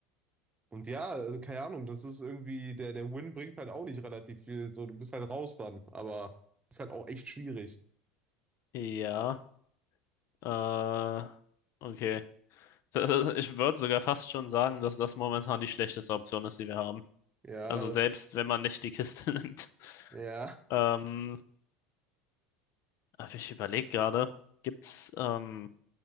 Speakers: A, on the right; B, on the left.
A: Und ja, also, keine Ahnung, das ist irgendwie, der, der Win bringt halt auch nicht relativ viel. So, du bist halt raus dann, aber ist halt auch echt schwierig.
B: Ja. Äh, okay. Das, das, ich würde sogar fast schon sagen, dass das momentan die schlechteste Option ist, die wir haben.
A: Ja,
B: Also
A: das
B: selbst
A: ist,
B: wenn man nicht die Kiste <laughs> nimmt.
A: ja.
B: Ähm, aber ich überlege gerade, gibt's, ähm,